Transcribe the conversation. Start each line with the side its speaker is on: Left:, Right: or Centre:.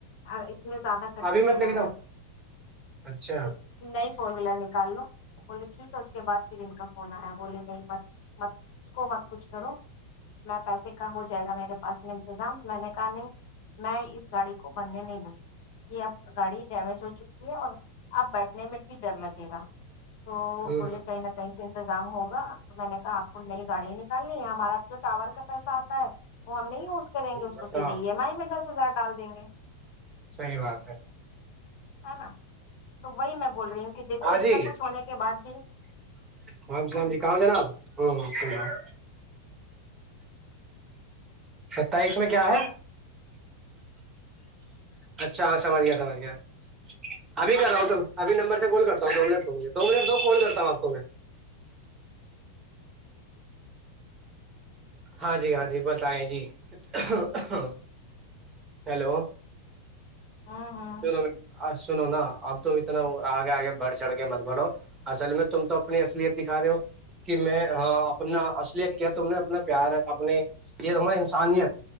Left: ہے میں زیادہ خرچ
Right: ابھی
Left: نکل
Right: مت لے
Left: آیا
Right: کے جاؤ
Left: ہے
Right: اچھا
Left: تو نئی فور ویلر نکال لو بولے ٹھیک ہے اس کے بع پھر ان کا فون آیا بولے نہیں مت مت اس کو مت کچھ کرو میں پیسے کا ہو جائے گا میرے پاس میں انتظام میں نے کہا نہیں میں اس گاڑی کو بننے نہیں دوں گی یہ اب گاڑی ڈیمیج ہو چکی ہے اور اب بیٹھنے میں بھی ڈر لگے گا تو
Right: ہ
Left: بولے
Right: ہ
Left: کہیں نہ کہیں سے انتظام ہوگ تو میں نے کہا آپ کو نئی گاڑی نکالنی ہے ہمارا جو ٹاور کا پیسہ آتا ہے وہ ہم نہیں کریں گے اس
Right: بتاؤ
Left: کو سیدے ایم آئی میں دس ہزار ڈال دیں گے
Right: صحی بات ہے
Left: ہے نا تو وہی میں بول رہی ہوں کہ دیکھو
Right: ہاں
Left: اتنا
Right: جیلام
Left: کچھ ہونے کے بعد بھی
Right: وعلم السلام
Left: تم
Right: جی کہاں جناب ہاں ہ و ستائیس میں کیا ہے اچھا ہاں سمجھ گیا سمجھ گیا ابھی کر رہا ہوں تو ابھی نمبر سے کال کرتا ہوں دو منٹ تو مجھے دو منٹ دو کال کرتا ہوں آپ کو میں ہاں جی ہاں جی بت آیں جی ہ ہلو
Left: ہوں ہوں
Right: سو سنو نا اب تم اتنا آگے آگے بڑھ چڑھ کے مت بڑو اصل میں تم تو اپنی اصلیت دکھا رہے ہو کہ میں ہاں اپنا اصلیت کیا تم نے اپنا پیار اپنے یہ ہمار انسانیت